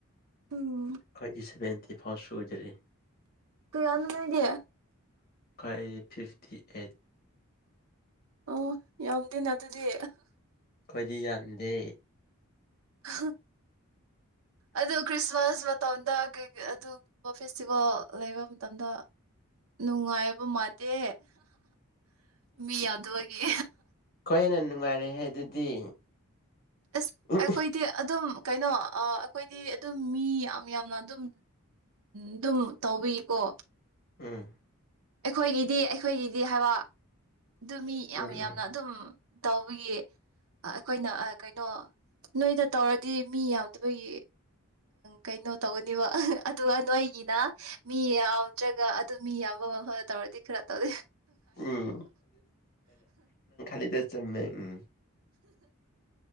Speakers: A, on the right; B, on the left.
A: ꯎꯝ
B: ꯊ꯭ꯔꯠꯇꯤ ꯁꯥꯕꯦꯟ ꯁꯤꯐꯥꯎ ꯁꯨꯖꯔꯤ
A: ꯀꯥꯌꯥꯅꯣ ꯅꯣꯏꯘꯤ
B: ꯑꯩꯈꯣꯏ ꯐꯤꯞꯇꯤ ꯑꯥꯠ
A: ꯑꯣ ꯌꯥꯝꯗꯦꯅ ꯑꯗꯨꯗꯤ
B: ꯑꯈꯣꯘꯤ ꯌꯝꯘꯦ
A: ꯑ <unintelligible> ꯑꯗꯨ ꯈ꯭ꯔꯤꯁꯃꯥꯁ ꯃꯇꯝꯗ ꯀꯩꯩ ꯑꯗꯨꯒꯨꯝꯕ ꯐꯦꯁꯇꯤꯚꯦꯜ ꯂꯩꯕ ꯃꯇꯝꯗ ꯅꯨꯡꯉꯥꯏꯕ ꯃꯥꯟꯗꯦ ꯃꯤ ꯌꯥꯝꯗꯕꯒꯤ
B: ꯈꯣꯏꯅꯥ ꯅꯨꯡꯉꯥꯏꯔꯦ ꯍꯦ ꯑꯗꯨꯗꯤ
A: ꯑꯁ
B: ꯎꯝ
A: ꯑꯩꯈꯣꯏꯗꯤ ꯑꯗꯨꯝ ꯀꯩꯅꯣ ꯑꯩꯈꯣꯏꯗꯤ ꯑꯗꯨꯝ ꯃꯤ ꯌꯥꯝ ꯌꯥꯝꯅ ꯑꯗꯨꯝ ꯑꯗꯨꯝ ꯇꯧꯕꯤꯀꯣ
B: ꯎꯝ
A: ꯑꯩꯈꯣꯏꯒꯤꯗꯤ ꯑꯩꯈꯣꯏꯒꯤꯗꯤ ꯍꯥꯏꯕ ꯑꯗꯨ ꯃꯤ
B: ꯎꯝ
A: ꯌꯥꯝ ꯌꯥꯝꯅ ꯑꯗꯨꯝ ꯇꯧꯕꯒꯤ ꯑꯩꯈꯣꯏꯅ ꯀꯩꯅꯣ ꯅꯣꯏꯗ ꯇꯧꯔꯗꯤ ꯃꯤ ꯌꯥꯝꯗꯕꯒꯤ ꯀꯩꯅꯣ ꯇꯧꯒꯅꯦꯕ ꯑꯗꯨꯒ ꯅꯣꯏꯒꯤꯅ ꯃꯤ ꯌꯥꯎꯗ꯭ꯔꯒ ꯑꯗꯨ ꯃꯤ ꯌꯥꯝꯃ ꯊꯔ ꯊꯧꯔꯗꯤꯈꯔ ꯇꯧꯗꯤ
B: ꯎꯝ ꯈꯗ ꯆꯦꯃꯦ ꯎꯝ